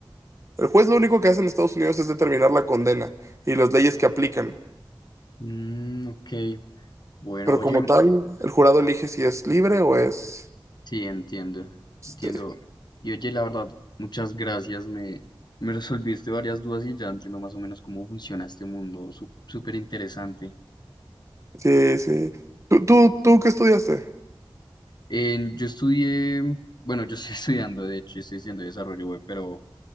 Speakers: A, on the right; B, on the left.
A: El juez lo único que hace en Estados Unidos es determinar la condena y las leyes que aplican.
B: Mm, ok. Bueno,
A: Pero
B: oye,
A: como tal, el jurado elige si es libre o es...
B: sí, entiendo.
A: Este,
B: Entiendo. Y oye, la verdad, muchas gracias. Me, me resolviste varias dudas y ya entiendo más o menos cómo funciona este mundo. Súper interesante.
A: sí, sí. ¿Tú, tú, tú qué estudiaste?
B: En- yo estudié, bueno, yo estoy <laughs> estudiando, de hecho, yo estoy estudiando desarrollo web, pero,